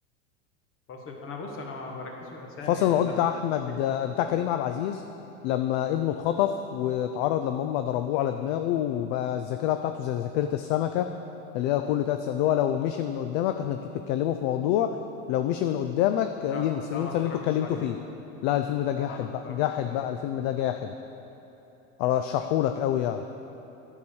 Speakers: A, on the left (about 30°); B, on the left (about 55°).
A: فاصل انا بص انا ما بركزش في اسامي
B: فصل
A: يعني
B: العود
A: انت
B: بتاع
A: ممكن
B: احمد
A: تقول لي
B: بتاع كريم عبد العزيز لما ابنه اتخطف واتعرض لما هم ضربوه على دماغه وبقى الذاكره بتاعته زي ذاكره السمكه اللي هي كل تلات سنين اللي هو لو مشي من قدامك احنا انتوا بتتكلموا في موضوع لو مشي من قدامك ينسى
A: لا ده
B: ينسى
A: ما اتفرجتش
B: اللي انتوا اتكلمتوا
A: عليه
B: فيه
A: ده
B: لا الفيلم ده
A: ده
B: جاحد
A: انا ما
B: بقى
A: اتفرجتش
B: جاحد
A: عليه
B: بقى الفيلم ده جاحد ارشحهولك قوي يعني